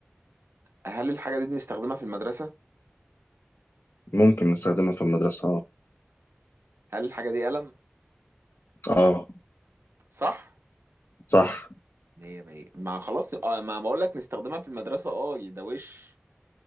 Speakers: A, on the right (about 80°); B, on the left (about 85°).
A: هل الحاجه دي بنستخدمها في المدرسه
B: ممكن نستخدمها في المدرسه اه
A: هل الحاجه دي قلم
B: اه
A: صح
B: صح
A: مية مية ما خلاص اه ما بقول لك نستخدمها في المدرسه اه ده وش